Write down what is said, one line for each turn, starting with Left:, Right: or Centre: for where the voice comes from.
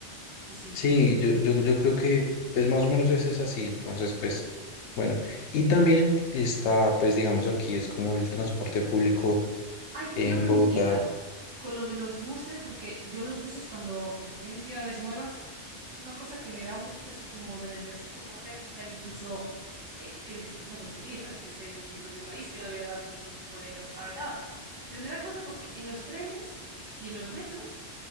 Right: Sí, sí.
Left: Sí, yo, yo, yo creo que pues más o menos es es así, entonces pues bueno, y también está pues digamos aquí es como el transporte público
Right: Hay
Left: en
Right: una preguntita
Left: Bogotá,
Right: con lo de los buses, porque yo los buses cuando estoy en ciudades nuevas es una cosa que me da un poquito así como de nerviosismo coger, en plan incluso eh, que dices que es una tontería, ¿sabes? Que es en mi propio país, que no debería darme ningún tipo de reparo ni nada. Pero me da cosa porque en los trenes y en los metros